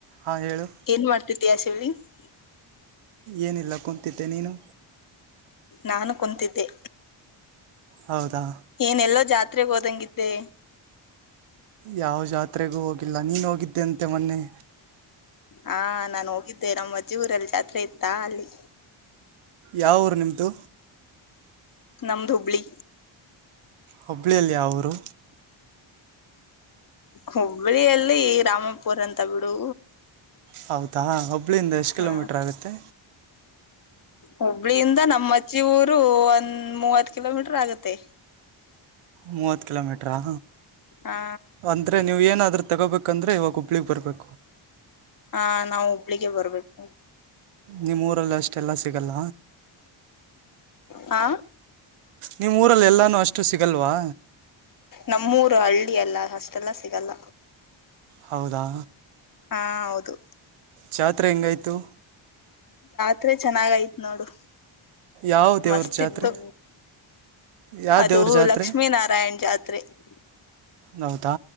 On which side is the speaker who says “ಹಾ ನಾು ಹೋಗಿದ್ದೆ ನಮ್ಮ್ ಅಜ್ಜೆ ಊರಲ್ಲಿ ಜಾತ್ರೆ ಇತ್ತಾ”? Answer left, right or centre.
Left